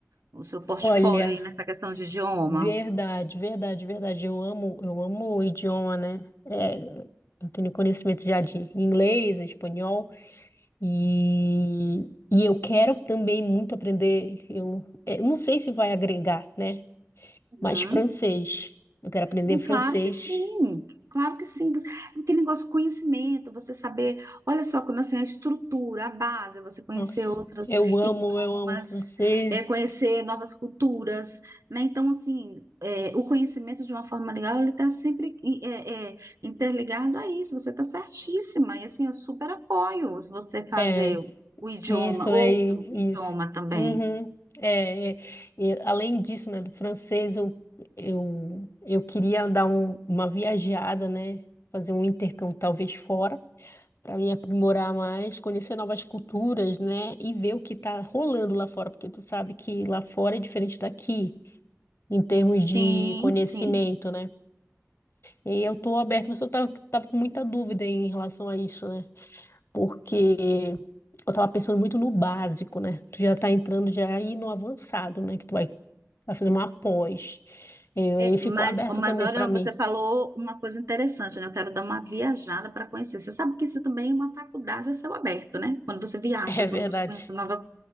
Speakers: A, on the right (about 80°); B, on the left (about 55°).
A: o seu portfólio
B: Olha,
A: aí nessa questão de idioma?
B: verdade, verdade, verdade. Eu amo, eu amo o idioma, né? É, eu tenho conhecimento já de inglês, espanhol. E, e eu quero também muito aprender. Eu, é, eu não sei se vai agregar, né?
A: Uhum.
B: Mas francês. Eu quero aprender
A: É
B: francês.
A: Claro que sim, claro que sim. Aquele negócio de conhecimento, você saber, olha só, quando assim, a estrutura, a base, você conhecer
B: Nossa,
A: outros
B: eu amo,
A: idiomas,
B: eu amo francês.
A: é, conhecer novas culturas, né? Então, assim, é, o conhecimento de uma forma legal, ele está sempre i- é, é, interligado a isso, você está certíssima, e assim, eu super apoio se você fazer
B: É, é
A: o idioma,
B: isso
A: outro
B: é isso.
A: idioma também.
B: Uhum, é, é. E além disso, né, do francês, eu, eu, eu queria dar um- uma viajada, né? Fazer um intercâmbio talvez fora. para me aprimorar mais, conhecer novas culturas, né? E ver o que está rolando lá fora, porque tu sabe que lá fora é diferente daqui, em termos
A: claro. Sim,
B: de conhecimento,
A: sim.
B: né? E eu tô aberta, mas eu tava, tava com muita dúvida em relação a isso, né? Porque eu tava pensando muito no básico, né? Tu já tá entrando já aí no avançado, né? Que tu vai, vai fazer uma pós. E, aí
A: É,
B: ficou
A: mas,
B: aberto
A: mas
B: também
A: olha,
B: para mim.
A: você falou uma coisa interessante, né? Eu quero dar uma viajada para conhecer. Você sabe que isso também é uma faculdade a céu aberto, né? Quando você viaja,
B: <laughs> É verdade.
A: quando você conhece nova.